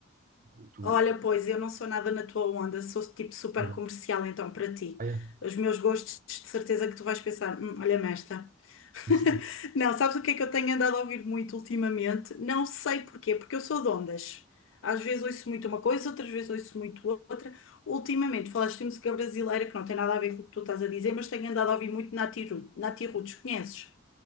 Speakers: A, on the right (about 40°); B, on the left (about 70°).
A: Tu,
B: Olha,
A: tu,
B: pois, eu não sou nada na tua onda. Sou tipo super
A: não.
B: comercial, então, para ti.
A: Ah, é?
B: Os meus gostos, de certeza que tu vais pensar, "Hum, olha-me esta. <laughs>
A: Sim.
B: Não, sabes o que é que eu tenho andado a ouvir muito ultimamente? Não sei porquê, porque eu sou de ondas. Às vezes ouço muito uma coisa, outras vezes ouço muito outra. Ultimamente falaste de música brasileira, que não tem nada a ver com o que tu estás a dizer, mas tenho andado a ouvir muito Nati Ru- Nati Roots. Conheces?